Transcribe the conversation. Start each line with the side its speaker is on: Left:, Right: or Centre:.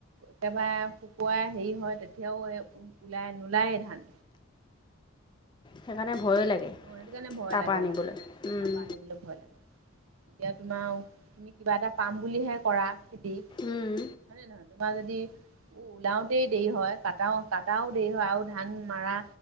Right: একেবাৰে শুকুৱাই হেৰি হয় তেতিয়াও এই ওলাই নোলায়েই ধান।
Left: সেইকাৰণে ভয়ে লাগে।
Right: অ', সেইটো কাৰণে ভয়
Left: তাৰপৰা
Right: লাগে
Left: আনিবলৈ
Right: মানে
Left: উম
Right: তাপা আনিবলৈ ভয় লাগে। এতিয়া তোমাৰ তুমি কিবা এটা পাম বুলিহে কৰা খেতি।
Left: উম
Right: হয় নে নহয় তোমাৰ যদি উ ওলাওতেই দেৰি হয় কাটাও কাটাওতে দেৰি হয় আৰু ধান মাৰা